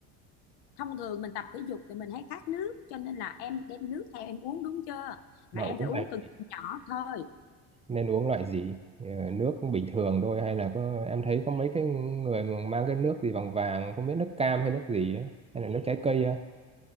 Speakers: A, on the left; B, on the right.
A: thông thường mình tập thể dục thì mình hay khát nước cho nên là em đem nước theo em uống đúng chưa mà
B: mà
A: em
B: uống
A: phải uống
B: này
A: từng ngụm nhỏ thôi
B: nên uống loại gì Ờ, nước bình thường thôi hay là có em thấy có mấy cái người mà mang cái nước gì bằng vàng không biết nước cam hay nước gì á, hay là nước trái cây á